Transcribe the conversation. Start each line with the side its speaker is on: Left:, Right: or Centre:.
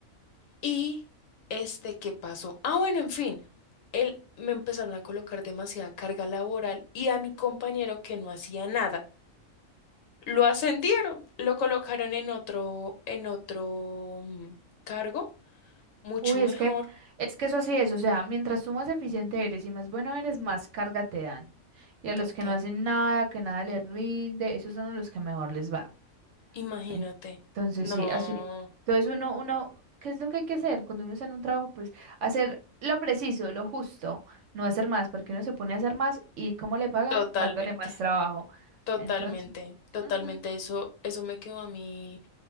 Left: Y este, ¿qué pasó? Ah, bueno, en fin. Él, me empezaron a colocar demasiada carga laboral y a mi compañero que no hacía nada, lo ascendieron, lo colocaron en otro, en otro mm, cargo, mucho
Right: Uy,
Left: mejor.
Right: es que, es que eso así es. O sea, mientras tú más eficiente eres y más bueno eres, más carga te dan. Y a
Left: Total,
Right: los que no hacen nada, que nada les rinde, esos son a los que mejor les va.
Left: imagínate.
Right: En- Entonces,
Left: No,
Right: sí, así. Entonces, uno, uno, ¿qué es lo que hay que hacer cuando uno está en un trabajo? Pues hacer lo preciso, lo justo, no hacer más, porque uno se pone a hacer más y ¿cómo le pagan?
Left: totalmente.
Right: Dándole más trabajo.
Left: Totalmente,
Right: Entonces,
Left: totalmente.
Right: ujú,
Left: Eso, eso me quedó a mí